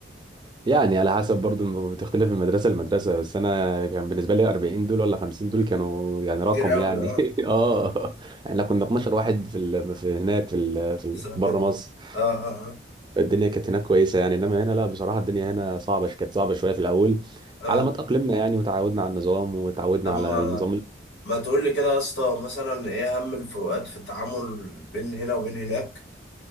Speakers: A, on the right; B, on the left.
A: يعني على حسب برضو الم- بتختلف من مدرسه لمدرسه بس انا كان بالنسبه لي 40 دول ولا 50 دول كانوا يعني رقم
B: كتير أوي
A: يعني
B: اه
A: <laughs> اه احنا كنا 12 واحد في ال... في هناك في ال... في
B: سلام.
A: بره مصر
B: اه اه اه
A: الدنيا كانت هناك كويسه يعني انما هنا لا بصراحه الدنيا هنا صعبه كانت صعبه شويه في الاول
B: اه
A: على ما تأقلمنا يعني وتعودنا على النظام وتعودنا
B: طب
A: على
B: ما
A: النظام
B: ما تقول لي كده يا اسطى مثلا ايه اهم الفروقات في التعامل بين هنا وبين هناك